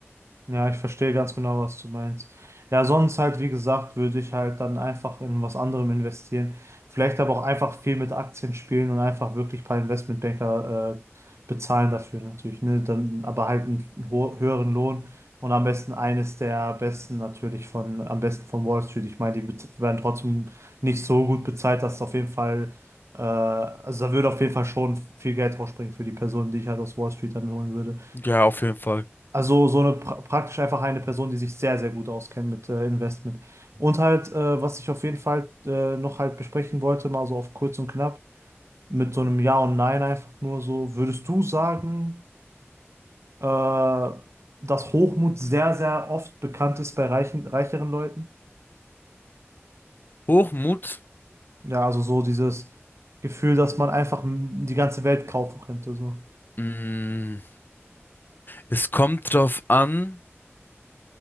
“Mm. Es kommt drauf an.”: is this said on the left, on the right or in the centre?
Left